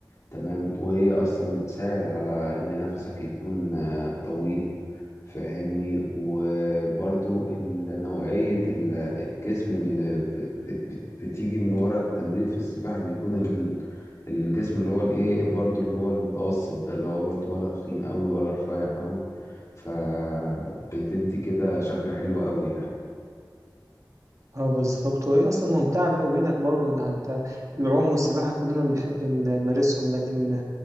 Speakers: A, on the left (about 40°); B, on the right (about 45°).
A: تمام وهي أصلا بتساعد على إن نفسك يكون آه، طويل فاهمني وبرضو ال- نوعية ال- الجسم اللي ب- بت- بت- بتيجي من ورا التمرين في السباحة بيكون ال- الجسم اللي هو الإيه برضو اللي هو المتوسط ده اللي هو برضو ولا تخين قوي ولا رفيع قوي فبتدي كده شكل حلو قوي يعني
B: اه بالظبط وهي اصلا ممتعه بيني وبينك برضو ان انت العوم والسباحه كلنا بنحب إن- نمارسهم لكن